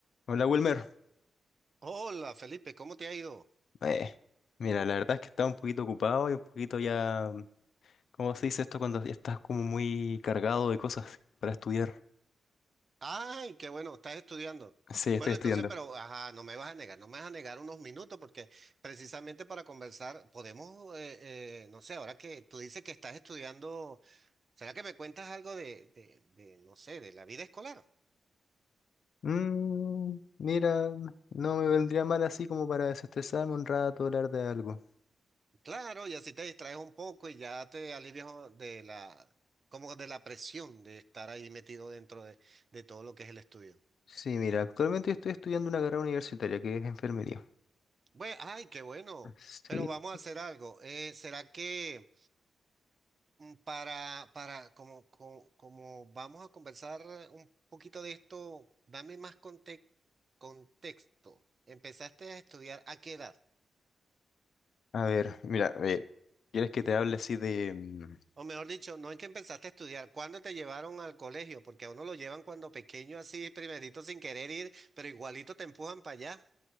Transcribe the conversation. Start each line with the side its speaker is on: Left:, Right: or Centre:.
Left: Hola Wilmer.
Right: Hola Felipe, ¿cómo te ha ido?
Left: Eh, mira, la verdad es que estaba un poquito ocupado y un poquito ya, ¿cómo se dice esto cuando ya estás como muy cargado de cosas para estudiar?
Right: Ay, qué bueno, estás estudiando.
Left: Sí, estoy
Right: Bueno,
Left: estudiando.
Right: entonces, pero, ajá, no me vas a negar, no me vas a negar unos minutos porque precisamente para conversar podemos, eh, eh, no sé, ahora que tú dices que estás estudiando, ¿será que me cuentas algo de, de, de, no sé, de la vida escolar?
Left: Mm, mira, no me vendría mal así como para desestresarme un rato, hablar de algo.
Right: Claro, y así te distraes un poco y ya te alivias de la, como de la presión de estar ahí metido dentro de, de todo lo que es el estudio.
Left: Sí, mira, actualmente estoy estudiando una carrera universitaria que es enfermería.
Right: Bueno, ay, qué bueno,
Left: Sí.
Right: pero vamos a hacer algo. Eh, ¿será que... Mm, Para, para, como, como, como vamos a conversar un poquito de esto, dame más conte- contexto. ¿Empezaste a estudiar a qué edad?
Left: A ver, mira, eh, ¿quieres que te hable así de... mm,
Right: O mejor dicho, no es que empezaste a estudiar, ¿cuándo te llevaron al colegio? Porque a uno lo llevan cuando pequeño así, primerito sin querer ir, pero igualito te empujan para allá.